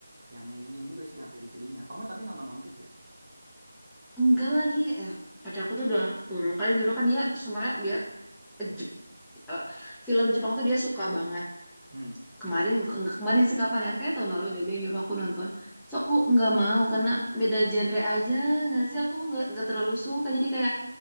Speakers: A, on the right; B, in the centre.
A: yang ininya juga sih yang sedih-sedihnya. Kamu tapi nonton One Piece gak?
B: Enggak lagi. Eh, pacarku tuh udah beberapa kali nyuruh kan dia sebenarnya dia eh, Jep- eh, film Jepang tuh dia suka banget.
A: Hmm.
B: Kemarin enggak kemarin sih kapan ya? Kayaknya tahun lalu deh dia nyuruh aku nonton. So aku nggak mau karena beda genre aja. Nggak sih aku nggak nggak terlalu suka. Jadi kayak